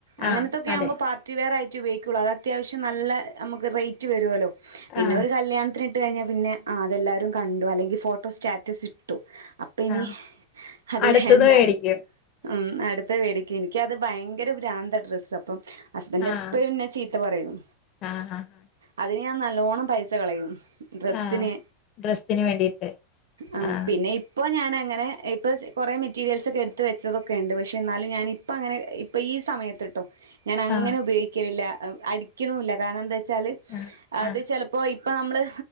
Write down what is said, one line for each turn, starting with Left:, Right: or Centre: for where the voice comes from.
Right: അങ്ങനത്തൊക്കെ
Left: ആഹ് അതെ
Right: ആകുമ്പോൾ പാർട്ടിവെയർായിട്ട് ഉപയോഗിക്കയുള്ളൂ അത് അത്യാവശം നമുക്ക് റേറ്റ് വരുമല്ലോ പിന്നെ
Left: ആഹ്
Right: ഒരു കല്യാണത്തിന് ഇട്ട് കഴിഞ്ഞാൽ പിന്നെ അതെല്ലാവാരും കണ്ടു അല്ലെങ്കിൽ ഫോട്ടോ സ്റ്റാറ്റസ് ഇട്ടു അപ്പ ഇനി
Left: ആഹ്
Right: അത്
Left: അടുത്തത്
Right: വേണ്ട
Left: മേടിക്കും
Right: ഉം അടുത്ത പേടിക്ക് എനിക്ക് അത് ഭയങ്കര ഭ്രാന്ത ഡ്രസ് അപ്പം ഹസ്ബൻഡ്
Left: ആഹ്
Right: എപ്പോഴും എന്നെ ചിത്തപറയും
Left: ആഹ് ആഹ്
Right: അതിന് ഞാൻ നല്ലോണം പൈസ കളയും ഡ്രസിന്
Left: ആഹ് ഡ്രസ്സിന് വേണ്ടിയിട്ട്
Right: ആപിന്നെ
Left: ആഹ്
Right: ഇപ്പോ ഞാൻ അങ്ങനെ ഇപ്പോ കുറെ മെറ്റീരിയൽസ്‌ക്ക് എടുത്ത് വെച്ചത് ഉണ്ട് പക്ഷെ എന്നാലും ഞാൻ ഇപ്പോ അങ്ങനെ ഇപ്പൊ ഈ സമയത്ത്ട്ടോ ഞാൻ അങ്ങനെ
Left: ആഹ്
Right: ഉപയോഗിക്കലില്ല അടിക്കണില്ല കാരണം എന്താ വെ വച്ചാല്
Left: ആഹ്
Right: അത്
Left: ആഹ്
Right: ചിലപ്പോ ഇപ്പ നമ്മള്